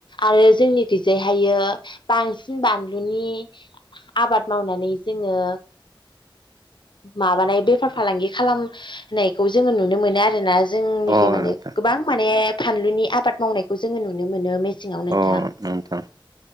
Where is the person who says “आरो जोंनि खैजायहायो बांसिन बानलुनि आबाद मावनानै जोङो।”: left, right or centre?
Left